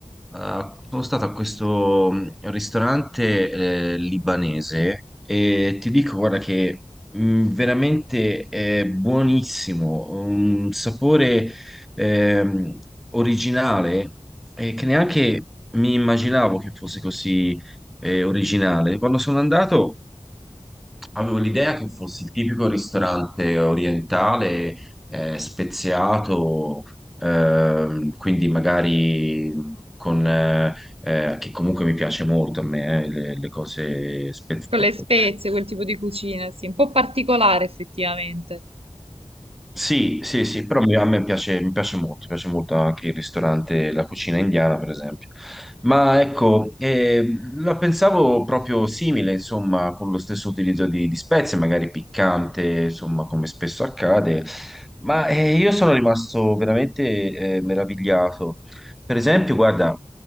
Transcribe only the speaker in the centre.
eh, sono stato a questo mh, ristorante eh, libanese e ti dico, guarda, che mh, veramente è buonissimo, un sapore ehm, originale eh, che neanche mi immaginavo che fosse così eh, originale. Quando sono andato. Avevo l'idea che fosse il tipico ristorante orientale, eh, speziato, ehm, quindi magari con, eh, eh, che comunque mi piace molto a me, eh, le, le cose speziate.
Sì, sì, sì, però mi- a me piace, mi piace molto, mi piace molto anche il ristorante, la cucina indiana, per esempio. Ma ecco, eh, la pensavo proprio simile, insomma, con lo stesso utilizzo di, di spezie, magari piccante, insomma, come spesso accade, ma eh, io sono rimasto veramente eh, meravigliato. Per esempio, guarda,